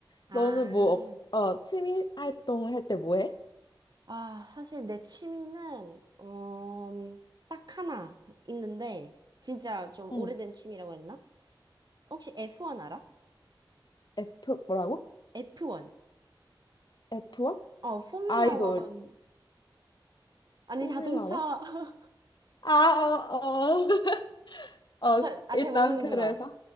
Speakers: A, on the right; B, on the left.
A: 아.
B: 너는 뭐, 없, 어, 취미 활동을 할 때 뭐 해?
A: 아, 사실 내 취미는, 음, 딱 하나 있는데, 진짜 좀
B: 응,
A: 오래된 취미라고 해야 되나? 혹시 F1 알아?
B: F, 뭐라고?
A: F1.
B: F1?
A: 어, 포뮬라
B: 아이돌,
A: 1. 아니,
B: 포뮬라와?
A: 자동차. <laughs>
B: 아, 어... 어, <laughs> 어,
A: 잘, 아,
B: 일단
A: 잘 모르는구나.
B: 그래서,